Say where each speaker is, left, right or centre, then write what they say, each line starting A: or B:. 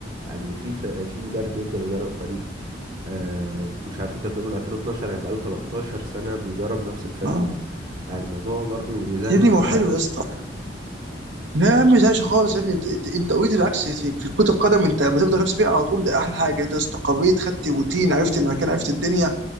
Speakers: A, on the right (about 50°); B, on the right (about 80°).
A: يعني في في مدرب بيفضل يدرب فريق آه، مش عارف انت بتقول من 2012 يعني بقاله 13 سنة بيدرب نفس الفريق
B: آه.
A: يعني الموضوع برضو يزهق
B: يا ابني ما
A: الواحد
B: هو حلو يا اسطى لا يا عم ما تزهقش خالص يا ابني انت انت انت اوريدي بالعكس في, في كرة القدم انت لما تفضل نفسك فيها على طول ده احلى حاجه انت استقريت خدت روتين عرفت المكان عرفت الدنيا